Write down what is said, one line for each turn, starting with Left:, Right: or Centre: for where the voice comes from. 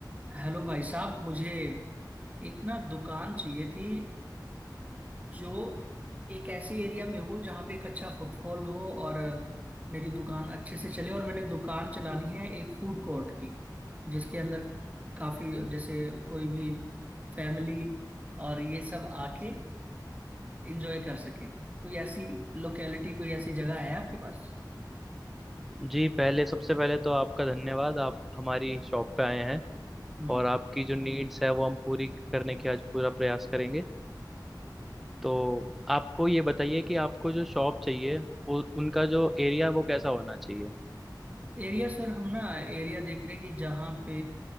Right: हेलो भाई साहब मुझे एक ना दुकान चाहिए थी जो एक ऐसी एरिया में हो जहाँ पे एक अच्छा फुटफॉल हो और मेरी दुकान अच्छे से चले और मैंने दुकान चलानी है एक फूड कोर्ट की जिसके अंदर काफी जैसे कोई भी फैमिली और ये सब आके एंजॉय कर सके कोई ऐसी लोकेलिटी कोई ऐसी जगह है आपके पास
Centre: जी पहले सबसे पहले तो आपका धन्यवाद आप हमारी शॉप पे आए हैं
Right: हम्म
Centre: और आपकी जो नीड्स है वो हम पूरी करने की आज पूरा प्रयास करेंगे तो आपको ये बताइए कि आपको जो शॉप चाहिए उ, उनका जो एरिया वो कैसा होना चाहिए
Right: एरिया सर हम ना एरिया देख रहे हैं कि जहाँ पे